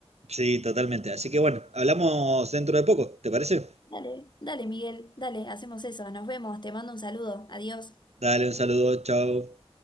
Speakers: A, on the right; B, on the left.
A: Sí, totalmente. Así que bueno, hablamos dentro de poco, ¿te parece?
B: Dale, dale, Miguel, dale, hacemos eso. Nos vemos. Te mando un saludo. Adiós.
A: Dale un saludo, chao.